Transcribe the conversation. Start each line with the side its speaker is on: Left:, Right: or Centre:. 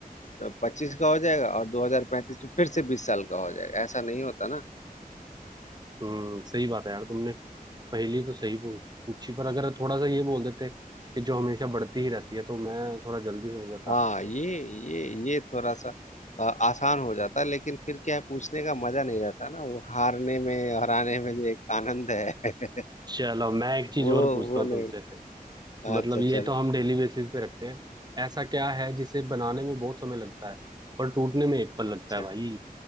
Left: पच्चीस का हो जाएगा और 2035 में फिर से बीस साल का हो जाएगा ऐसा नहीं होता ना
Right: हम्म सही बात है यार तुमने पहली तो सही पू- पूछी पर अगर थोड़ा सा ये बोल देते कि जो हमेशा बढ़ती ही रहती है तो मैं थोड़ा जल्दी समझ जाता
Left: हाँ ये ये ये थोड़ा सा अ, आसान हो जाता है लेकिन फिर क्या है पूछने का मजा नहीं रहता ना वो हारने में हराने में जो एक आनंद है <laughs>
Right: चलो मैं एक चीज
Left: वो
Right: और पूछता
Left: वो
Right: हूँ तुमसे
Left: नहीं
Right: फिर मतलब
Left: अच्छा
Right: ये
Left: चलो
Right: तो हम डेली बेसिस पे रखते हैं ऐसा क्या है जिसे बनाने में बहुत समय लगता है पर टूटने में एक पल लगता
Left: अच्छा
Right: है भाई